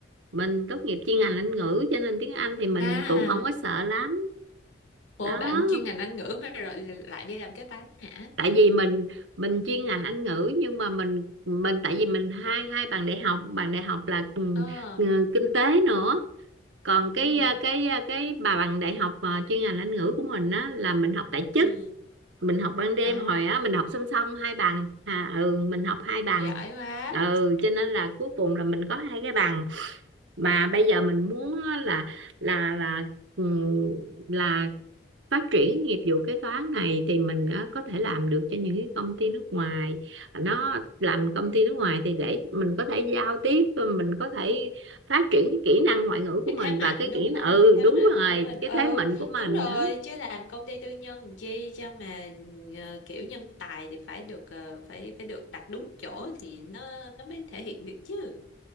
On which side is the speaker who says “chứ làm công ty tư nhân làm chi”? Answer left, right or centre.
Left